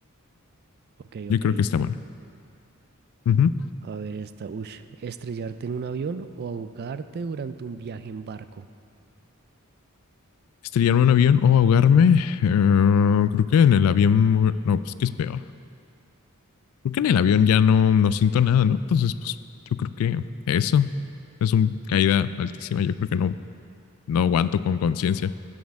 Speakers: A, on the right; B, on the left.
A: Ok,
B: Yo
A: ok.
B: creo que está bueno. Ujú.
A: A ver esta. Uy, ¿estrellarte en un avión o ahogarte durante un viaje en barco?
B: Estrellarme en un avión o ahogarme. Eh, creo que en el avión, no, pues que es peor. Creo que en el avión ya no, no siento nada, ¿no? Entonces, pues yo creo que eso es una caída altísima. Yo creo que no, no aguanto con conciencia.